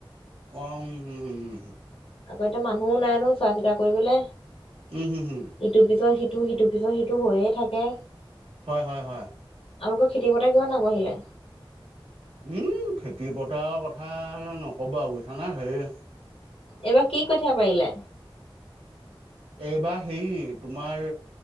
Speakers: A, on the right; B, on the left.
A: অ হম হম উম
B: আকৌ এতিয়া মানুহো নাই ন চোৱা চিতা কৰিবলে
A: উম, হম, হম,
B: ইটোৰ পিছত সিটো ইটো সিটোৰ পিছত সিটো হৈয়ে থাকে
A: হয়, হয়, হয়।
B: আপোনা খেতি পথাৰ কিমান আগবাঢ়িলে উ
A: উম খেতি পথাৰ কথা নকবা বুজিছা নে হেৰি
B: এইবাৰ কি কঠীয়া পাৰিলে
A: এইবাৰ হে তোমাৰ